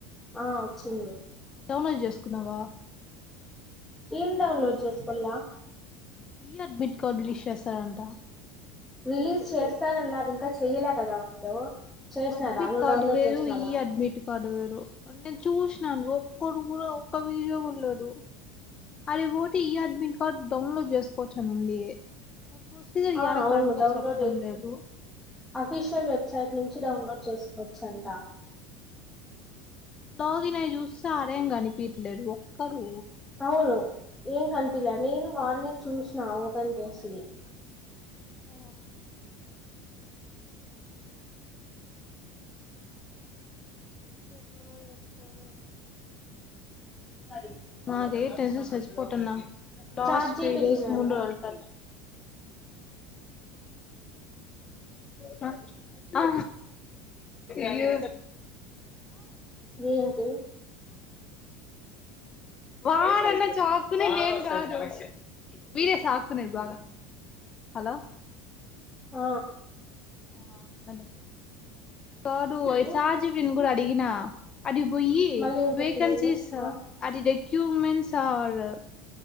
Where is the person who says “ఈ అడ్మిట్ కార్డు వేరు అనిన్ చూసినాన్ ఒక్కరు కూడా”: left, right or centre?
Left